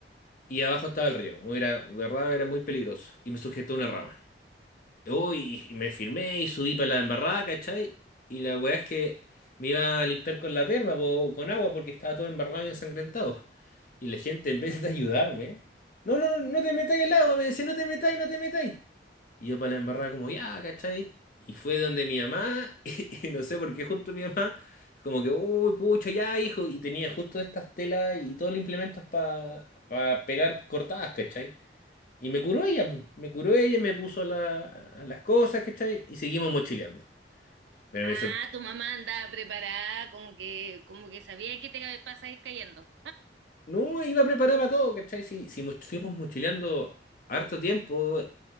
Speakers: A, on the left; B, on the right.
A: Y abajo estaba el río. muy Era, de verdad era muy peligroso. Y me sujetó una rama. Uy, y me firmé y subí para la embarrada, ¿cachai? Y la weá es que me iba a limpiar con la terma, po, con agua, porque estaba todo embarrado y ensangrentado. Y la gente, en vez de ayudarme, no, no, no, no te metáis al agua, me decía, no te metáis, no te metáis. Y yo para la embarrada como, ya, ¿cachai? Y fue donde mi mamá, <laughs> y no sé por qué justo mi mamá, como que, uy, pucha, ya, hijo, y tenía justo estas telas y todos los implementos para pegar cortadas, ¿cachai? Y me curó ella, pues, me curó ella, me puso la- las cosas, ¿cachai? Y seguimos mochileando. Pero
B: Ah,
A: me sor-
B: tu mamá andaba preparada, como que, como que sabía que te pasa ir cayendo.
A: no, iba a preparar para todo, ¿cachai? Si, si moch- fuimos mochileando harto tiempo,